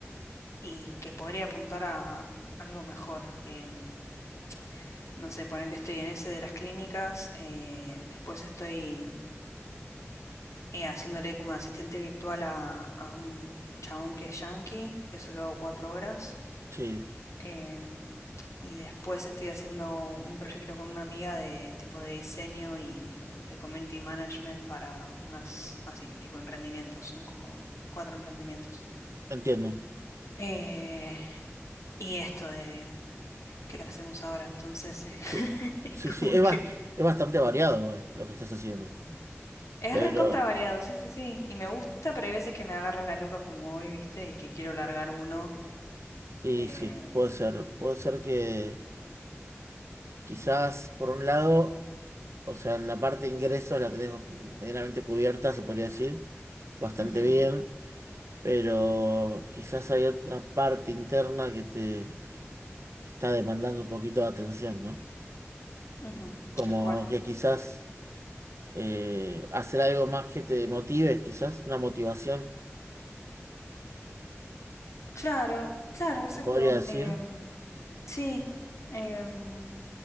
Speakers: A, on the left (about 85°); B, on the right (about 70°).
A: y que podría apuntar a algo mejor. Em, no sé, ponerle estoy en ese de las clínicas, eh, después estoy eh, haciéndole como de asistente virtual a, a un chabón que es yankee, que solo hago cuatro horas.
B: Sí,
A: Em, y después estoy haciendo un proyecto con una amiga de tipo de diseño y uh, de community management para unas, así, tipo emprendimientos. Son como cuatro emprendimientos.
B: entiendo.
A: Eh, y esto de qué hacemos ahora, entonces eh, <laughs>
B: Sí,
A: es
B: sí,
A: como
B: sí, es,
A: que
B: bas- es bastante variado igual lo que estás haciendo.
A: es
B: Pero,
A: recontra variado, sí, sí, sí. Y me gusta, pero hay veces que me agarra la loca como hoy, ¿viste? Y que quiero largar uno.
B: y
A: eh,
B: sí, puede ser, puede ser que quizás por un lado, o sea, en la parte de ingresos la tenés medianamente cubierta, se podría decir, bastante
A: ujú,
B: bien, pero quizás hay otra parte interna que te, te está demandando un poquito de atención, ¿no?
A: ujú,
B: como
A: tal cual.
B: que quizás eh, hacer algo más que te motive, quizás una motivación,
A: Claro, claro, exacto.
B: te podría decir.
A: em, Sí, em,